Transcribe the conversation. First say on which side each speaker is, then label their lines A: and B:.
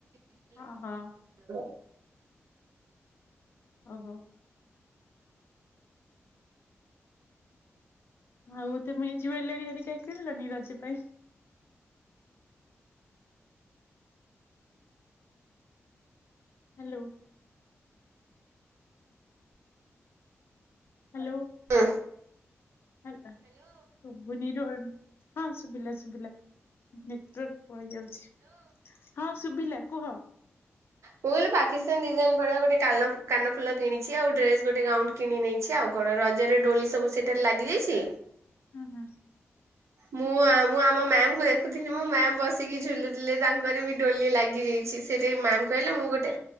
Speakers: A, on the left (about 55°); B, on the right (about 75°).
A: ଓହୋ
B: <unintelligible> <inaudible>
A: ଓ ହୋ। ଆଉ ତମେ ଜୁଏଲରୀ ହରିକା କିଣିଲଣି ରଜ ପାଇଁ? ହ୍ୟାଲୋ। ହ୍ୟାଲୋ
B: ହଁ।
A: ହେଲା ସୁୁୁଭୁନି ର ହଁ ଶୁଭିଲା ଶୁଭିଲା ନେଟୱର୍କ୍ ପଳେଇ ଯାଉଛି ହଁ ଶୁଭିଲା କୁହ?
B: ମୁ କହିଲି ପାକିସ୍ତାନ ଡିଜାଇନ ଭଳିଆ ଗୋଟେ କାନ କାନଫୁଲ କିଣିଛି ଆଉ ଡ୍ରେସ ଗୋଟେ ଗାଉଣ୍ଟ କିଣି ନେଇଛି। ଆଉ କଣ ରଜରେ ଡୋଳି ସବୁ ସେଠାରେ ଲାଗିଯାଇଛି?
A: ହୁଁ ହୁଁ
B: ମୁଁ ମୁଁ ଆମ ମ୍ୟାମ୍ ମୁଁ ଦେଖୁଥିଲି ମୋ ମ୍ୟାମ ବସିକି ଝୁଲୁଥିଲେ ତାଙ୍କର ବି ଡୋୋଲି ଲାଗିଯାଇଛି ସେ ତେ ମ୍ୟାମ୍ କହିଲେ ମୁଁ ଗୋଟେ